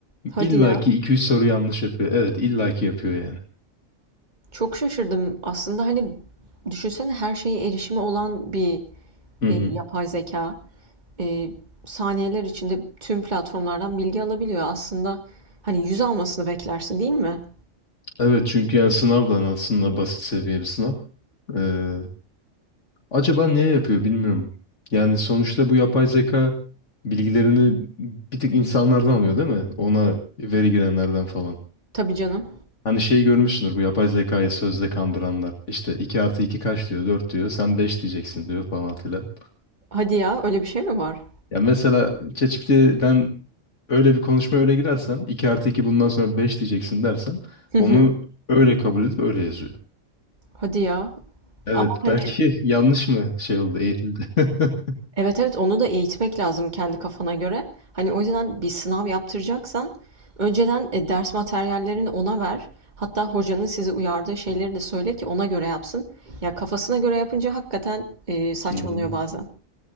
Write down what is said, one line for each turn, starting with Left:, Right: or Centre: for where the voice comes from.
Right: Hadi
Left: İlla
Right: ya.
Left: ki iki üç soru yanlış yapıyor. Evet, illa ki yapıyor yani.
Right: Çok şaşırdım. Aslında hani düşünsene her şeye erişimi olan bir
Left: Hı
Right: e,
Left: hı.
Right: yapay zeka e, saniyeler içinde tüm platformlardan bilgi alabiliyor. Aslında hani yüz almasını beklersin değil mi?
Left: Evet çünkü yani sınav da aslında basit seviye bir sınav. Ee, acaba niye yapıyor bilmiyorum. Yani sonuçta bu yapay zeka bilgilerini bir tık insanlardan alıyor değil mi? Ona veri girenlerden falan.
Right: Tabii canım.
Left: Hani şeyi görmüşsündür bu yapay zekayı sözde kandıranlar. İşte 2 artı 2 kaç diyor 4 diyor sen 5 diyeceksin diyor falan filan.
Right: Hadi ya, öyle bir şey mi var?
Left: Ya mesela ChatGPT'ye ben öyle bir konuşma öyle girersem 2 artı 2 bundan sonra 5 diyeceksin dersem
Right: Hı hı.
Left: onu öyle kabul edip öyle yazıyor.
Right: Hadi ya.
Left: Evet
Right: Ama hani
Left: belki <laughs> yanlış mı şey oldu eğitildi. <laughs>
Right: evet evet onu da eğitmek lazım kendi kafana göre. Hani o yüzden bir sınav yaptıracaksan önceden e, ders materyallerini ona ver. Hatta hocanın sizi uyardığı şeyleri de söyle ki ona göre yapsın. Ya kafasına göre yapınca hakikaten e, saçmalıyor
Left: Hı hı.
Right: bazen.